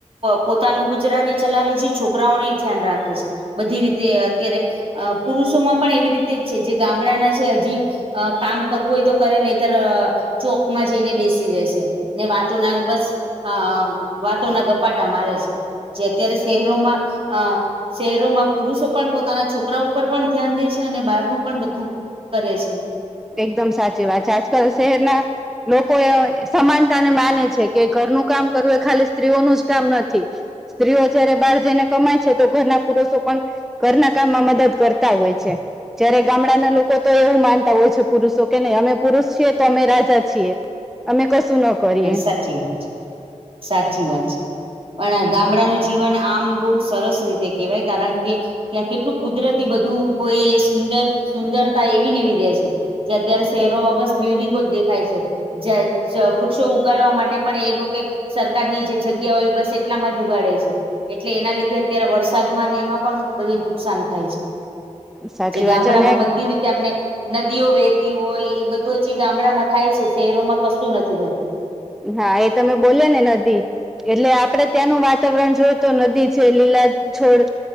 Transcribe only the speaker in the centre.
એકદમ સાચી વાત છે આજકાલ શહેરના લોકો એ સમાનતાને માને છે કે ઘરનું કામ કરવું એ ખાલી સ્ત્રીઓનું જ કામ નથી. સ્ત્રીઓ જયારે બહાર જઈને કમાય છે તો ઘરના પુરુષો પણ ઘરના કામમાં મદદ કરતા હોય છે જયારે ગામડાના લોકો તો એવું માનતા હોય છે, પુરુષો કે નહી અમે પુરુષ છીએ તો અમે રાજા છીએ અમે કશું ન કરીએ
સાચી
વાત છે અને
હા એ તમે બોલ્યો ને નદી એટલે આપડે ત્યાંનું વાતાવરણ જોઈ તો નદી છે. લીલા છોડ